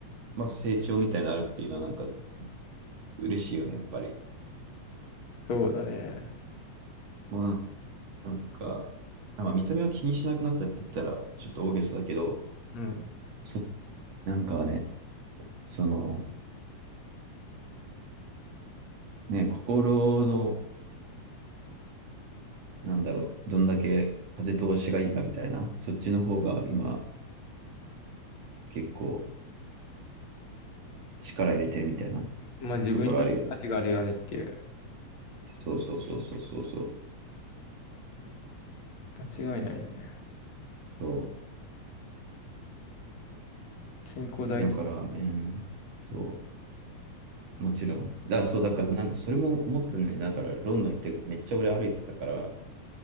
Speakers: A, on the right; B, on the left.
A: まあ、成長みたいなのあるっていうのはなんか嬉しいよね、やっぱり。
B: そうだね。
A: もうななんか、まあ、見た目は気にしなくなったって言ったらちょっと大げさだけど、
B: うん。
A: そ、なんかね、その、ね、心の、なんだろう、どんだけ風通しがいいかみたいな、そっちの方が今結構力入れてるみたいな
B: まあ自分にとって価値があるよねっていう。
A: ところあるよね。そうそうそうそうそうそう。
B: 間違いないね。
A: そ
B: 健康第一。
A: う。だからね、そう。もちろん。だ、そう、だから、なんか、それも思ったね。だから、ロンドン行って、めっちゃ俺歩いてたから、